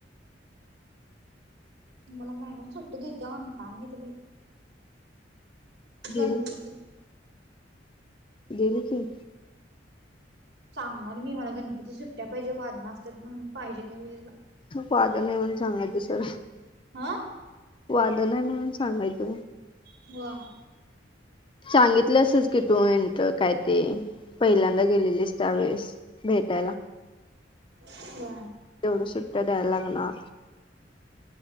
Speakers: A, on the right; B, on the left.
A: मला मॅडम सुट्टी दीत्या काय नाही का माहित.
B: गेल
A: गणपती
B: देली की
A: सांगणार मी मला गणपती सुट्ट्या पाहिजे वादना असतात म्हणून पाहिजे त्या वेळेला.
B: वादन आहे म्हणून सांगायचं सरळ.
A: हा
B: वादन आहे म्हणून सांगायचं
A: होय
B: सांगितलं असस की तू म्हट काय ते पहिल्यांदा गेलेलीस त्यावेळेस. भेटायला
A: हा <inaudible>
B: तेवढं सुट्ट्या द्यायला लागणार